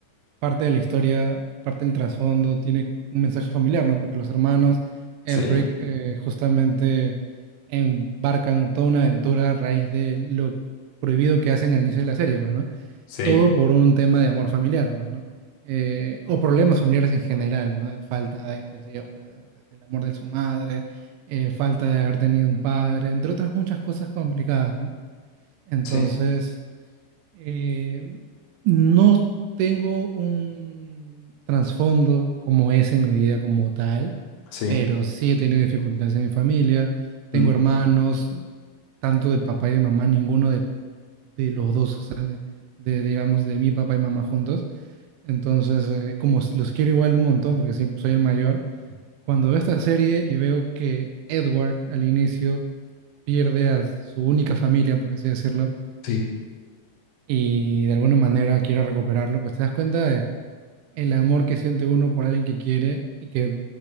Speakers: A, on the right (about 85°); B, on the left (about 75°).
A: parte de la historia, parte del trasfondo, tiene un mensaje familiar, ¿no? Porque los hermanos Elric
B: Sí,
A: eh, justamente embarcan toda una aventura a raíz de lo prohibido que hacen al inicio de la serie, pues, ¿no?
B: sí,
A: Todo por un tema de amor familiar, pues, ¿no? Eh, o problemas familiares en general, ¿no? Falta de, qué sé yo, pues, de- de- del amor de su madre, eh, falta de haber tenido un padre, entre otras muchas cosas complicadas, ¿no? Entonces...
B: Sí.
A: Eh, no tengo un trasfondo como ese en mi vida como tal,
B: sí,
A: pero sí he tenido dificultades en mi familia. Tengo
B: Mm,
A: hermanos, tanto de papá y de mamá, ninguno de, de los dos, o sea, de, de, digamos, de mi papá y mamá juntos. Entonces, eh, como s- los quiero igual un montón, porque siempre soy el mayor, cuando veo esta serie y veo que Edward al inicio pierde a su única familia, por así decirlo,
B: sí.
A: y de alguna manera quiera recuperarlo, pues te das cuenta de el amor que siente uno por alguien que quiere y que